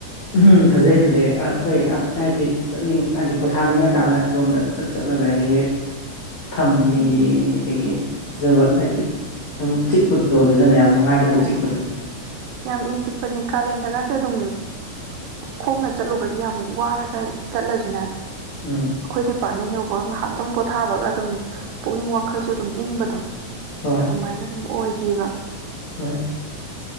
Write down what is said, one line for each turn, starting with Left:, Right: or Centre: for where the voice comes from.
Left: ꯎꯝ ꯐꯖꯩ ꯐꯖꯩ ꯑꯩꯈꯣꯏ ꯍꯥꯏꯗꯤ ꯆꯠꯅꯤꯡ ꯍꯥꯏꯗꯤ ꯄꯣꯊꯥꯅꯤꯡꯉꯀꯥꯟꯗ ꯑꯗꯣꯝꯗ ꯆꯠ ꯆꯠꯂꯒ ꯍꯦꯛ ꯊꯝꯃꯦꯅꯦ
Right: ꯎꯝ
Left: ꯌꯦꯡꯉꯤꯅꯦ ꯀꯩꯀꯩ ꯐꯖꯕ ꯍꯥꯏꯗꯤ ꯆꯤꯛꯄꯗ ꯑꯗꯣ ꯑꯗꯨꯗꯅ ꯌꯥꯝ ꯅꯨꯡꯉꯥꯏꯕꯗꯣ
Right: ꯍꯣꯏ
Left: ꯆꯤꯛꯄꯗꯨꯒꯤ
Right: ꯌꯥꯝ ꯏꯪ ꯇꯤꯛꯄꯅꯦ ꯀꯥꯂꯦꯟꯗꯒꯁꯦ ꯑꯗꯨꯝ ꯈꯣꯡꯅ ꯆꯠꯂꯨꯕꯒꯤ ꯌꯥꯝ ꯋꯥꯔꯒ ꯆꯠꯂꯁꯨꯅꯦ
Left: ꯎꯝ
Right: ꯑꯩꯈꯣꯏ ꯗꯤꯄꯥꯔꯠꯃꯦꯟ ꯌꯧꯕꯒ ꯉꯥꯏꯍꯥꯛꯇꯪ ꯄꯣꯊꯥꯕꯒ ꯑꯗꯨꯝ ꯄꯨꯛꯅꯤꯡ ꯋꯥꯈꯜꯁꯨ ꯑꯗꯨꯝ ꯏꯪꯕꯗꯣ
Left: ꯍꯣꯏ
Right: ꯑꯗꯨꯃꯥꯏꯅ ꯑꯗꯨꯝ ꯑꯣꯏꯈꯤꯕ
Left: ꯍꯣꯏ